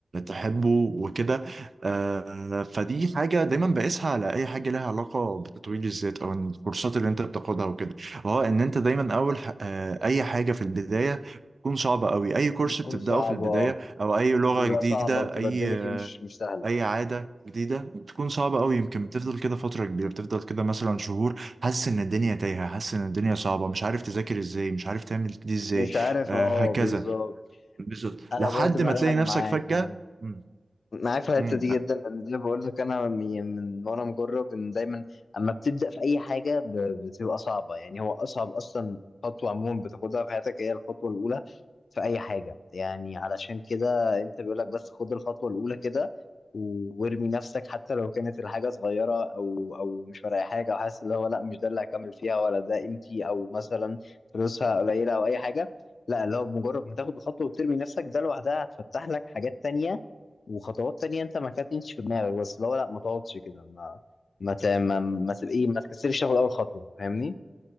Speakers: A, on the right; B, on the left.
A: تحبه وكده آه، فدي حاجة دايما بقيسها على اي حاجة لها علاقة بتطوير الذات او إن الكورسات اللي انت بتاخدها وكده هو ان انت دايما اول ح- آه، اي حاجة في البداية تكون صعبة قوي أي كورس
B: بتكون
A: بتبدأه
B: صعبه
A: في البداية أو أي لغة
B: بيبقى
A: جديدة
B: صعبه وتبقى
A: أي
B: الدنيا فيه مش مش سهله
A: اي عاده جديده بتكون صعبه قوي يمكن بتفضل كده فتره كبيره بتفضل كده مثلا شهور حاسس ان الدنيا تايهه حاسس ان الدنيا صعبه مش عارف تذاكر ازاي مش عارف تعمل دي ازاي
B: مش عارف
A: آه
B: اه
A: هكذا
B: بالظبط
A: بالظبط
B: انا
A: لحد
B: برضو بقى
A: ما تلاقي
B: لا انا
A: نفسك
B: معاك
A: فجاه
B: معاك
A: امم
B: معاك في الحته
A: امم
B: دي جدا لان زي ما بقول لك انا من من وانا مجرب ان دايما اما بتبدا في اي حاجه ب- بتبقى صعبه يعني هو اصعب اصلا خطوه عموما بتاخدها في حياتك هي الخطوه الاولى في اي حاجه يعني علشان كده انت بيقول لك بس خد الخطوه الاولى كده و- وارمي نفسك حتى لو كانت الحاجه صغيره او او مش فارقه حاجه او حاسس اللي هو لا مش ده اللي هكمل فيها ولا ده قيمتي او مثلا فلوسها قليله او اي حاجه لا اللي هو بمجرد ما تاخد الخطوه وترمي نفسك ده لوحدها هتفتح لك حاجات تانية وخطوات تانية انت ما كانتش في دماغك بس لو لا ما تقعدش كده ما ما ت- ما ما تبقى ايه ما تكسرش تاخد اول خطوه فاهمني